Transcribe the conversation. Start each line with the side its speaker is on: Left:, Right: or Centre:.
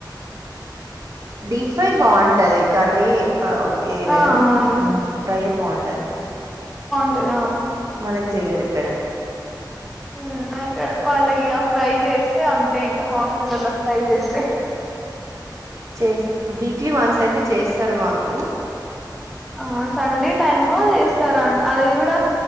Right: డీప్ ఫ్రై బాగుంటది కర్రీ పా కేయలేని
Centre: ఆ! అవును.
Right: ఫ్రైయే బాగుంటాది
Centre: టద
Right: మనకి చెయ్యరు ఇక్కడ
Centre: ఉ అక్కడ వాళ్లకి ఇగ ఫ్రై చేస్ తే ఇంకా హాస్టలల్లో ఫ్రై చేస్తే
Right: చేస్త వీక్లీ వన్స్ అయితే చేస్తారు మాకు
Centre: ఆ సండే టైమ్ లో చేస్తారా అ అది కూడా